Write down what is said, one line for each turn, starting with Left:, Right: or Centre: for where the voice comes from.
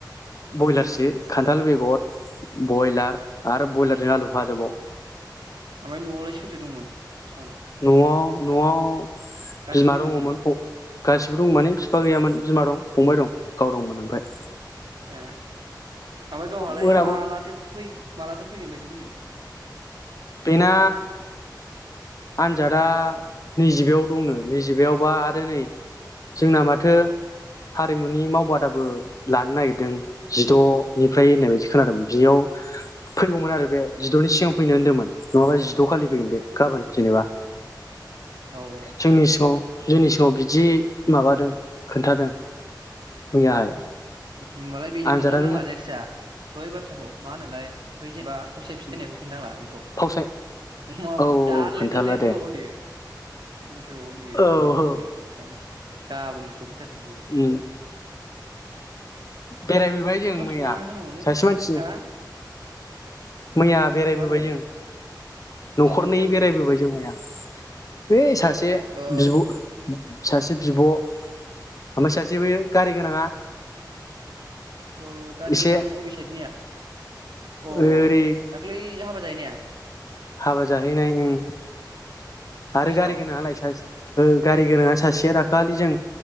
Left: बयलार सो, खान्थाल बेगद, बयलार आरो बयलारजों आलु भाजाबाव।
Right: ओमाय नआवलाय सोथो दंमोन बिसिनावलाय?
Left: न'आव नआव।
Right: गासिबो
Left: बिमा
Right: दंजोबोमोन
Left: दङमोन। गासिबो दं माने फिफा गैयामोन बिमा दं फंबाय दं गाव दंमोन ओमफाय।
Right: ए। ओमफाय गावहालाय
Left: मोनाबो
Right: मालाथो फै मालाथो फैगोन बायदि बुंदों।
Left: बेना आनजादा नैजिबायाव दंनो। नैजिबायावबा आरो नै जोंना माथो हारिमुनि मावबादाबो लानो नागिरदों। जिदनिफ्राय होननाय बायदि खोनादोंमोन बियाव फैगौमोन आरो बे। जिदनि सिगां फैनो होन्दोंमोन। नङाबा जिद खालि
Right: उम
Left: फैगोन बे गाबोन। जेनेबा।
Right: औ औ
Left: जोंनि सिगाङाव जोंनि सिगांआव बिदि माबादों खोन्थादो मैयाहाय।
Right: होमबालाय बेनो
Left: आनजादा
Right: खोन्थानांला जायखिजा। बै बाथ्राखौ मा होनोलाय बै जेनबा फावसायफिननायखौ खिन्थानांला। बेखौ
Left: फावसाय
Right: माबा
Left: औ
Right: दा
Left: खोन्थाला
Right: लेट जार लेट
Left: दे
Right: फैबावगोन बियो उन फैबावगोन बियो
Left: औ
Right: उनाव
Left: औ
Right: फैबावगोन ओंखायनो। गाबोननो सफै <unintelligible>
Left: उम बेरायबोबाय जों मैया
Right: संना होनांगौलै
Left: सासे मानसि
Right: हा
Left: मैया बेरायबोबाय
Right: मा होनदों
Left: जों। नखरनै
Right: सोरनाव बेरायबोखो
Left: बेरायबोबाय जों मैया बैइ
Right: सोरनाव
Left: सासे
Right: सोरनाव अ
Left: बिब सासे बिब ओमफ्राय सासे बैयो गारि गोनाङा
Right: अ गारि
Left: एसे
Right: गोनां अबे साइतनिया? अ
Left: ओरै
Right: दाख्लै हाबा जाहैनाया
Left: हाबा जाहैनाय ओं। आरो
Right: बिसिनाव
Left: गारि गोनाङालाय सास ओ गारि गोनाङा सासेया रा दाखालि जों